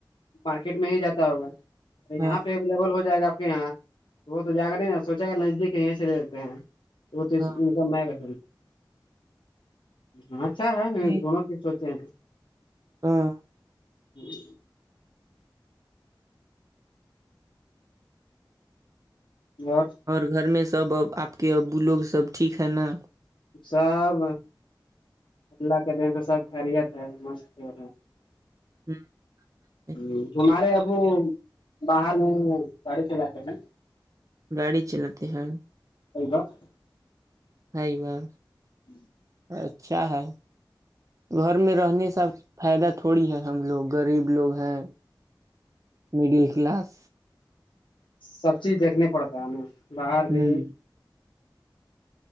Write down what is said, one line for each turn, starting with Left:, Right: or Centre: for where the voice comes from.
Left: مارکیٹ میں ہی جاتا ہوگا
Right: ہاں
Left: یہاں پہ اویلیبل ہو جائے گا آپ کے یہاں وہ تو جا گا نہیں نا سوچا گا نزدیک یہیں سے لے لیتے ہیں وہ تو
Right: ہاں
Left: ان کام میںگا فا اچھا ہے
Right: جی،
Left: دونوں چیز سوچے ہیں
Right: ہاں
Left: جی ار <inaudible>
Right: اور گھر میں سب ا آپ کے ابو لوگ سب ٹھیک ہے نا
Left: سب اللہ کے دن سب خیریت ہے مست ہے
Right: اچ <unintelligible>
Left: ہ جوومارے ابو باہر میں گاڑی چلا تے کے ہیں
Right: گاڑی چلاتے ہیں
Left: آ گ <unintelligible>
Right: ہئی وا <unintelligible>
Left: ہوں <unintelligible>
Right: اچھا ہے گھر میں رہنے سب فائدہ تھوڑی ہے ہم لوگ غریب لوگ ہیں مڈل کلاس
Left: سب چیز دیکھنے پڑتا ہے ہمیں باہر
Right: ہوں
Left: بھی